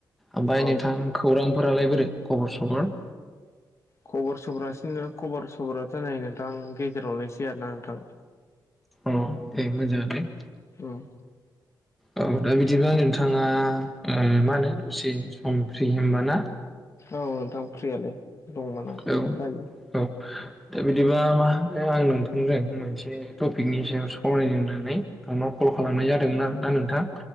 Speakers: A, in the centre; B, on the left.
A: ओमफ्राय
B: औ
A: नोंथां खौरां फोरालाय बोरै खबर सबर?
B: खबर सबरासिनो खबर सबराथ' नै नोंथां गेजेरावनायसै आरोना नोंथां।
A: अ दे मोजाङानो।
B: ओम।
A: औ दा बिदिब्ला नोंथाङा मा ओ होनो दसे सम फ्रि होमबा ना?
B: औ नोंथां फ्रियालाय दंमोन आं
A: औ
B: दायो।
A: औ दा बिदिबा मा होनो आं नोंथांजों मोनसे टपिकनि सायाव सावरायनो होननानै नोंनाव कल खालामनाय जादोंमोन आरोना नोंथां।